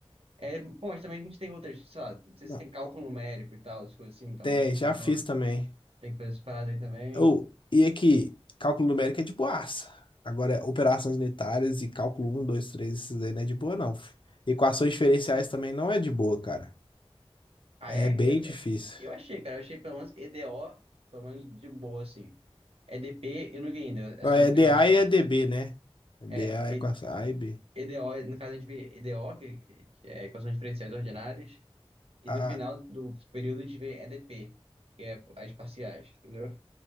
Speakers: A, on the right; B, on the left.
A: é, bom, mas também a gente tem outras, sei lá, não sei
B: Não.
A: se tem cálculo numérico e tal, as coisas assim, então
B: É,
A: acho que
B: já
A: dá
B: fiz
A: uma-
B: também.
A: tem coisas paradas aí também.
B: Ou, e aqui, cálculo numérico é de boaça. Agora, operações unitárias e cálculo um 2 3 esses aí não é de boa, não. fi. Equações diferenciais também não é de boa, cara.
A: Ah,
B: É
A: é?
B: bem
A: Eu, eu,
B: difícil.
A: eu achei, cara. Eu achei pelo menos EDO, pelo menos de boa, assim. EDP eu não vi ainda, é
B: Não,
A: só
B: é
A: no final
B: DA
A: do semestre.
B: e é DB, né? É
A: É,
B: DA
A: E-
B: é com essa A e B.
A: EDO, no caso a gente vê EDO, que que é equações diferenciais ordinárias, e
B: Ah,
A: no final do período a gente vê EDP, que é as parciais, entendeu?